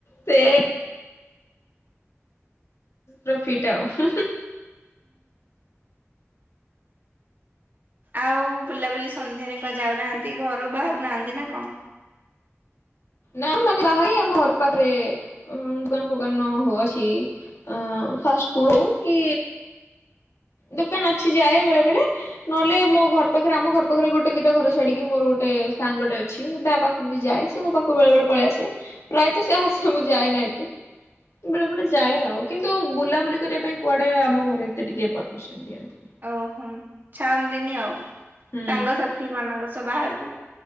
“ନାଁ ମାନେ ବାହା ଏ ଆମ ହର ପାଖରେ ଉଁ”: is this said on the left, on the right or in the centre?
Left